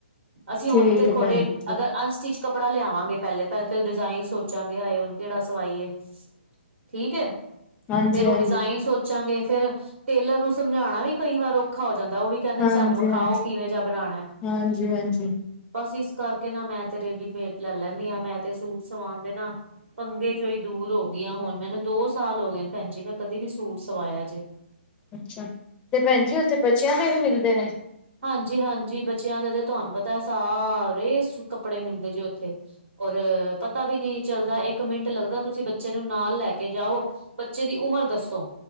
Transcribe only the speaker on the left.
ਠੀਕ
ਹੈ ਭੈਣ
ਜੀ ਠੀਕ
ਹਾਂਜੀ
ਹਾਂਜੀ
ਹਾਂਜੀ
ਹਾਂਜੀ
ਹਾਂਜੀ -ਹਾਂਜੀ।
ਅੱਛਾ, ਤੇ ਭੈਣਜੀ ਉੱਥੇ ਬੱਚਿਆਂ ਦੇ ਵੀ ਮਿਲਦੇ ਨੇ